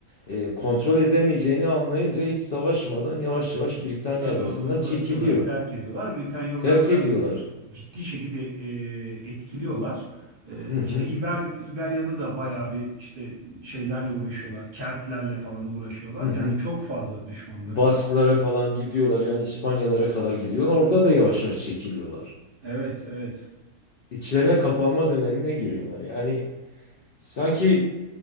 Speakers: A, on the left; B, on the right.
A: e, kontrol edemeyeceğini anlayınca hiç savaşmadan yavaş yavaş Britanya
B: Tabii
A: adasından
B: oraları
A: çekiliyor.
B: bırakıyorlar, terk ediyorlar. Britanyalıları
A: Terk
B: da
A: ediyorlar.
B: ciddi şekilde e, etkiliyorlar. E,
A: Hı
B: işte
A: hı.
B: İber, İberya'da da bayağı bir işte şeylerle uğraşıyorlar. Keltlerle falan uğraşıyorlar.
A: Hı hı.
B: Yani çok fazla düşmanları
A: Basklara
B: var.
A: falan gidiyorlar yani İspanyalara kadar gidiyorlar. Orada da yavaş yavaş çekiliyorlar.
B: Evet, evet.
A: İçlerine kapanma dönemine giriyorlar. Yani sanki